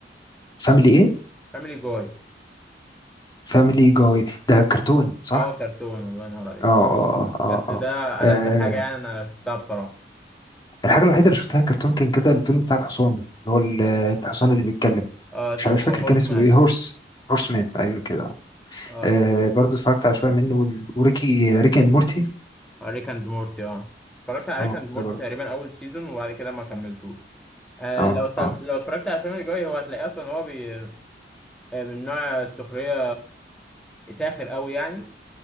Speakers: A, on the left; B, in the centre.
A: فاميلي ايه
B: فاميلي جاي
A: فاميلي جاي ده كرتون صح
B: اه كرتون الله ينور عليك
A: اه اه اه
B: بس
A: اه
B: ده
A: اه
B: ألذ
A: آه،
B: حاجه يعني انا شفتها بصراحه
A: الحاجة الوحيدة اللي شفتها كرتون كان كده الفيلم بتاع الحصان اللي هو ال- الحصان اللي بيتكلم
B: آه اسمه
A: مش مش
B: هورس
A: فاكر كان اسمه
B: مان
A: ايه هورس هورس مان ايوه كده
B: اه
A: آه برضه اتفرجت على شوية منه وال- وريكي ريكي اند مورتي
B: ريك اند مورتي اه اتفرجت على
A: اه
B: ريك اند مورتي
A: ده برضه
B: تقريبا اول سيزون وبعد كده ما كملتوش آه،
A: اه
B: لو اتفرج-
A: اه
B: لو اتفرجت على فيلم الجوي هو هتلاقيه اصلا هو بي... آه، من نوع السخريه ساخر قوي يعني